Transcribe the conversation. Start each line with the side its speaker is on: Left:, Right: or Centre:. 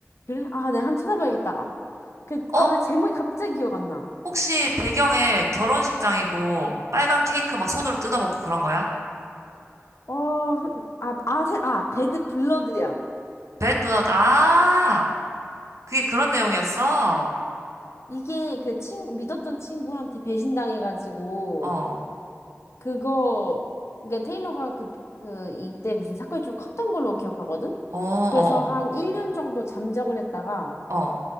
Left: 그래? 아, 내가 한번 찾아봐야겠다. 아, 그,
Right: 어,
Left: 아, 제목이 갑자기 기억 안 나.
Right: 혹시 배경에 결혼식장이고 빨간 케이크 막 손으로 뜯어먹고 그런 거야?
Left: 어, 소- 아, 아, 세- 아, 배드 블러드야.
Right: 배드 d 러드 아, 그게 그런 내용이었어?
Left: 이게 그 친, 믿었던 친구한테 배신당해가지고,
Right: 어, 어,
Left: 그거, 그러니까 테일러가 그, 비- 그, 이때 무슨 사건이 좀 컸던 걸로 기억하거든?
Right: 어, 어,
Left: 그래서 한 1년 정도 잠적을 했다가,
Right: 어.